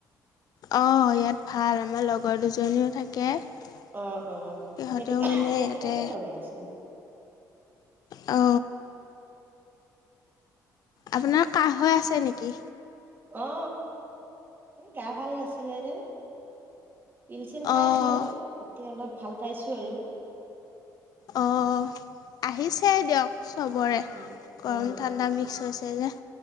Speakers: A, on the left; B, on the right.
A: অ ইয়াত ভাল আমাৰ লগ লগৰ দুজনীও থাকে সিহঁতেও
B: অ অ সেইটো
A: মানে
B: সেইটো
A: ইয়াতে
B: কাৰণে লগাই দিছে নাম
A: অ আপোনাৰ কাহ হৈ আছে নেকি?
B: অ এই গা ভাল নাছিলে যে পিল চিল খাইছোঁ
A: অঁ
B: এতিয়া অলপ ভাল পাইছোঁ আৰু।
A: অ আহিছে দিয়ক চবৰে
B: উম
A: গৰম
B: উম
A: ঠাণ্ডা মিক্স হৈছে। তেযে